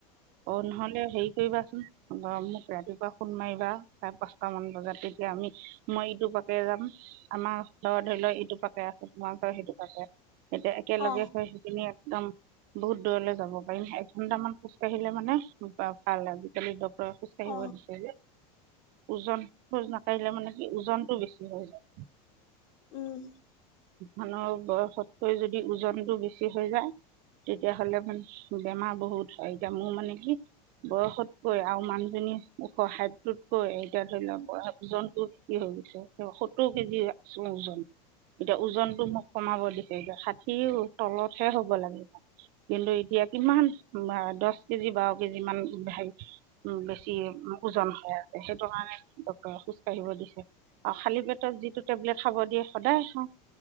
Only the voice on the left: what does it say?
অ
অ
উম।